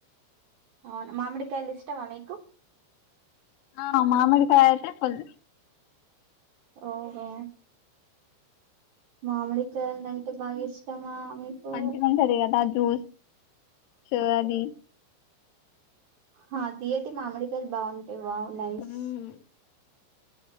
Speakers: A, on the right; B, on the left.
A: అవును మామిడికాయల్ ఇష్టమా మీకు
B: అ మామిడికాయైతే ఫుల్
A: ఓహో మామిడికాయల్ అంటే బాగా ఇష్టమా మీకు
B: మంచిగుంటది కదా జూస్స్ అది
A: హా తియ్యటి మామిడికాయాలు బావుంటయి వావ్ నైస్
B: ఉమ్